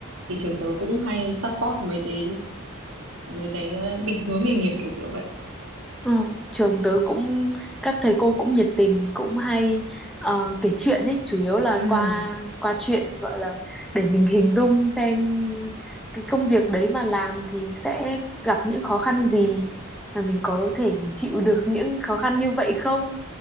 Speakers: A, on the right; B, in the centre.
A: Thì trường tớ cũng hay support mấy cái mấy cái à, định hướng nghề nghiệp kiểu kiểu vậy.
B: Ừ, trường tớ cũng các thầy cô cũng nhiệt tình cũng hay ờ, kể chuyện ấy chủ yếu là
A: Ừ.
B: qua qua chuyện gọi là để mình hình dung xem cái công việc đấy mà làm thì sẽ gặp những khó khăn gì và mình có thể chịu được những khó khăn như vậy không